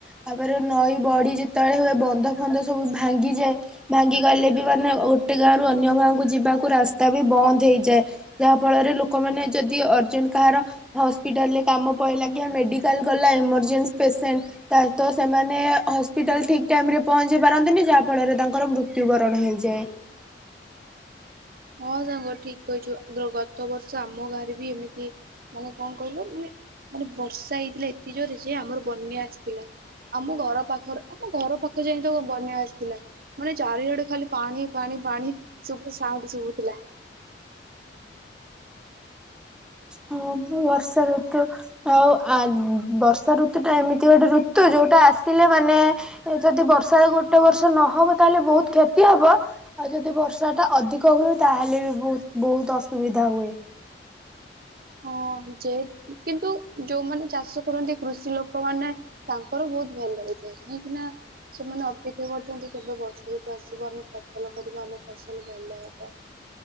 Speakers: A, in the centre; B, on the right (about 55°).
A: ତାପରେ ନଈ ବଢ଼ି ଯେତେବେଳେ ହୁଏ ବନ୍ଧ ଫନ୍ଧ ସବୁ ଭାଙ୍ଗିଯାଏ ଭାଙ୍ଗି ଗଲେ ବି ମାନେ ଗୋଟେ ଗାଁରୁ ଅନ୍ୟ ଗାଁ କ ଯିବାକୁ ରାସ୍ତା ବି ବନ୍ଦ ହେଇଯାଏ ଯାହା ଫଳରେ ଲୋକମାନେ ଯଦି ଅର୍ଜେଣ୍ଟ କାହାର ହସ୍ପିଟାଲ୍ ହିଟାଲ କାମ ପହିଲା କି ମେଡିକାଲ ଗଲା ଏମରଜେନ୍ସି ପେସେଣ୍ଟ ତାହାଲେ ତ ସେମାନେ ହସ୍ପିଟାଲ୍ ଠିକ୍ ଟାଇମ୍ ରେ ପହଞ୍ଚି ପରାନ୍ତିଁ ମେଡିକାଲ୍ ଗଲା ଏମର୍ଜେନ୍ସି ପେସେଣ୍ଟ ତାହେଲେ ତ ସେମାନେ ହସ୍ପିଟାଲ ଠିକ୍ ଟାଇମ୍ ରେ ପହଞ୍ଚି ପାରନ୍ତିନି ଯାହା ଫଳରେ ତାଙ୍କର ମୃତ୍ୟୁବରଣ ହେଇଯାଏ।
B: ହଁ ସାଙ୍ଗ ଠିକ କହିଛୁ ଆଗର ଗତ ବର୍ଷ ଆମ ଗାଁରେ ବି ଏମିତି ମାନେ କଣ କହିଲୁ ମାନେ ମାନେ ବର୍ଷା ହେଇଥିଲା ଏତେ ଜୋରେ ଯେ ଆମର ବନ୍ୟା ଆସିଥିଲା ଆମ ଘର ପାଖରେ ଆମ ଘର ପାଖରେ ଯାଇ ତ ବନ୍ୟା ଆସିଥିଲା ମାନେ ଚାରିଆଡ଼େ ଖାଲି ପାଣି ପାଣି ପାଣି ସବୁ ଯୋଉ ଥିଲା।
A: ହଁ ବର୍ଷା ଋତୁ ଆଉ ବର୍ଷା ଋତୁ ଆଉ ବର୍ଷା ଋତୁ ଟା ଏମିତି ଗୋଟେ ଋତୁ ଯୋଉଟା ଆସିଲେ ମାନେ ଯଦି ବର୍ଷା ଗୋଟେ ବର୍ଷ ନହବ ତାହେଲେ ବହୁତ କ୍ଷତି ହବ ଆଉ ଯଦି ବର୍ଷା ଟା ଅଧିକ ହୁଏ ତାହେଲେ ବି ବହୁତ ବହୁତ ଅସୁବିଧା ହୁଏ।
B: ହଁ ଯେ କିନ୍ତୁ ଯୋଉମାନେ ଚାଷ କରନ୍ତି କୃଷି ଲୋକ ମାନେ ତାଙ୍କର ବହୁତ ଭଲ ହେଇଥାଏ କାହିଁକି ନା ସେମାନେ ଅପେକ୍ଷା କରୁଛନ୍ତି କେବେ ବର୍ଷା ଋତୁ ଆସିବ ଆମେ ଫସଲ କରିବ ଆମ ଫସଲ ଭଲ ହବ